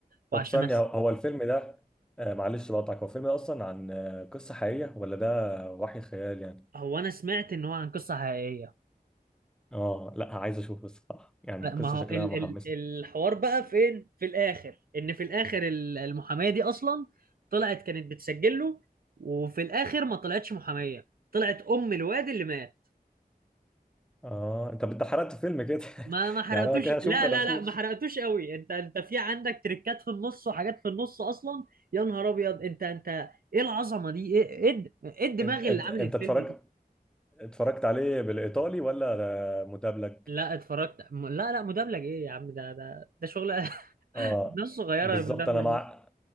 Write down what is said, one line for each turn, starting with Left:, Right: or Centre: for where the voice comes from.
Right: وعشان
Centre: طب ثانية
Right: أس...
Centre: هو هو الفيلم ده آه معلش بقطعك هو الفيلم ده أصلا عن آه قصة حقيقية ولا ده وحي خيال يعني؟
Right: هو انا سمعت ان هو عن قصه حقيقيه
Centre: آه لا عايز أشوفه الصراحة يعني
Right: ما
Centre: قصة
Right: هو
Centre: شكلها
Right: ال...
Centre: محمسة
Right: ال... الحوار بقى فين في الاخر ان في الاخر ال- المحاميه دي اصلا طلعت كانت بتسجل له وفي الاخر ما طلعتش محاميه طلعت ام الواد اللي مات
Centre: آه أنت أنت حرقت فيلم كده
Right: ما
Centre: <laughs>
Right: ما حرقتوش
Centre: يعني أنا كده أشوف
Right: لا
Centre: ولا
Right: لا
Centre: أشوفش؟
Right: لا ما حرقتوش قوي انت انت في عندك تريكات في النص وحاجات في النص اصلا يا نهار ابيض انت انت ايه العظمه دي ايه ايه الد- ايه الدماغ
Centre: أنت أنت
Right: اللي عامل
Centre: أنت
Right: الفيلم
Centre: اتفرجت
Right: دي
Centre: اتفرجت عليه بالإيطالي ولا ده مدبلج؟
Right: لا اتفرجت م- لا لا مدبلج ايه يا عم ده ده ده شغل <laughs>
Centre: آه
Right: ناس صغيره
Centre: بالظبط
Right: المدبلج
Centre: أنا مع